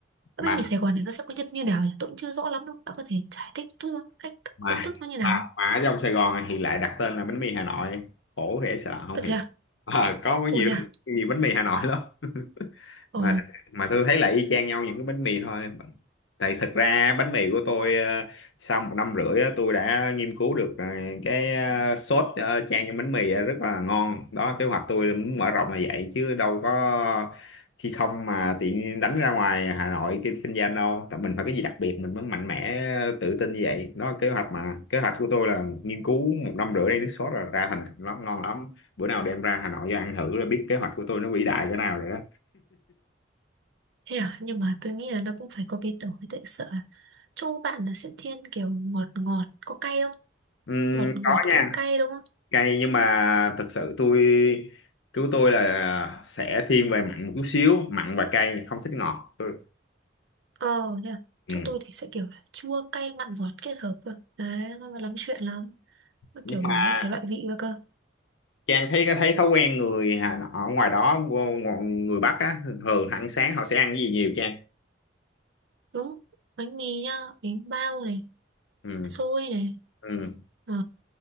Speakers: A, on the right; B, on the left.
A: Cái
B: mà
A: bánh mì Sài Gòn này nó sẽ có nhân như nào nhỉ? Tôi cũng chưa rõ lắm đâu Bạn có thể giải thích chút không? Cách
B: mà
A: công thức nó như nào?
B: mà mà ở trong Sài Gòn thì lại đặt tên là bánh mì Hà Nội khổ dễ sợ không
A: Ơ
B: hiệp
A: thế à?
B: à, có có
A: Ồ
B: nhiều
A: thế à?
B: lắm nhiều bánh mì Hà Nội lắm <laughs>
A: Ờ
B: mà mà tôi thấy là y chang nhau những cái bánh mì thôi tại thật ra bánh mì của tôi ờ, sau một năm rưỡi á, tôi đã nghiên cứu được ờ, cái ờ, sốt ờ, chan cho bánh mì á, rất là ngon đó kế hoạch tôi là muốn mở rộng là vậy chứ đâu có khi không mà tiện đánh ra ngoài Hà Nội kinh kinh doanh đâu tại mình phải cái gì đặc biệt mình mới mạnh mẽ ờ, tự tin như vậy đó kế hoạch mà kế hoạch của tôi là nghiên cứu một năm rưỡi đây nước sốt là ra thành công lắm ngon lắm bữa nào đem ra Hà Nội cho ăn thử là biết kế hoạch của tôi nó vĩ đại cỡ nào rồi đó
A: Thế à, nhưng mà tôi nghĩ là nó cũng phải có biến đổi tại sợ là chỗ bạn là sẽ thiên kiểu ngọt ngọt có cay không?
B: Ừm,
A: Ngọt ngọt
B: có nha
A: cay cay đúng không?
B: cay nhưng mà thực sự tôi cứu tôi là sẽ thiên về mặn một chút xíu mặn và cay không thích ngọt tôi
A: Ờ nha.
B: ừ.
A: Chỗ tôi thì sẽ kiểu là chua cay mặn ngọt kết hợp cơ. Đấy, nó mà lắm chuyện lắm. Nó
B: nhưng
A: kiểu
B: mà
A: đủ các thể loại vị cơ cơ.
B: Trang thấy thấy thói quen người Hà Nội- ở ngoài đó người Bắc á thường ăn sáng họ sẽ ăn cái gì nhiều Trang
A: Đúng. Bánh mì nhá, bánh bao này,
B: ừ.
A: xôi này,
B: Ừ.
A: ờ,